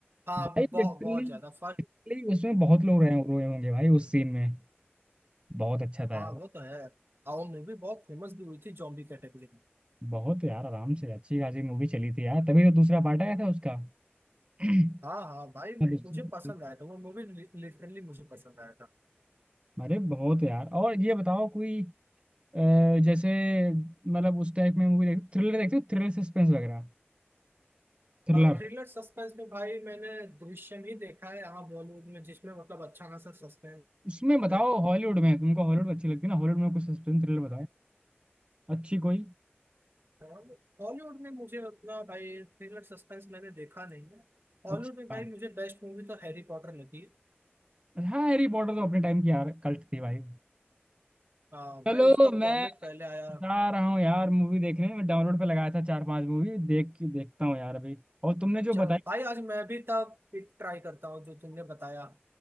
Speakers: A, on the right; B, on the right.
A: हाँ
B: भाई
A: बहुत
B: लिटरली
A: बहुत
B: लिटरली
A: ज्यादा फर्स्ट
B: उसमें
A: में।
B: बहुत लोग रहे रोए होंगे भाई उस सीन में बहुत अच्छा था
A: हाँ
B: यार
A: वो तो है और मूवी बहुत फेमस भी हुई थी जॉम्बी कैटेगरी में
B: बहुत यार आराम से अच्छी खासी मूवी चली थी यार तभी तो दूसरा पार्ट आया था उसका <clears throat>
A: हाँ हाँ भाई
B: दूसरा-
A: मुझे पसंद आया था वो मूवी लिटरली मुझे पसंद आया था
B: अरे बहुत यार और ये बताओ कोई अ, जैसे मतलब उस टाइप में मूवी देख थ्रिलर देखते हो थ्रिलर सस्पेंस वगैरह थ्रिलर
A: थ्रिलर सस्पेंस में भाई मैंने दृश्यम ही देखा है यहाँ बॉलीवुड में जिसमें मतलब अच्छा खासा सस्पेंस
B: उसमें बताओ
A: है
B: हॉलीवुड में तुमको हॉलीवुड अच्छी लगती है ना हॉलीवुड में कुछ सस्पेंस थ्रिलर बताओ अच्छी कोई
A: बॉलीवुड में मुझे उतना भाई थ्रिलर सस्पेंस मैंने देखा नहीं है हॉलीवुड
B: अच्छा
A: में भाई मुझे बेस्ट मूवी तो हैरी पॉटर लगी है।
B: हाँ हैरी पॉटर तो अपने टाइम की यार कल्ट थी भाई
A: आ,
B: चलो
A: भाई उसका
B: मैं
A: कॉमिक पहले आया
B: जा रहा हूँ यार मूवी देखने मैं डाउनलोड पे लगाया था चार पांच मूवी देख के देखता हूँ यार अभी और तुमने जो
A: चलो
B: बताई
A: भाई आज मैं भी तब ट्राई करता हूँ जो तुमने बताया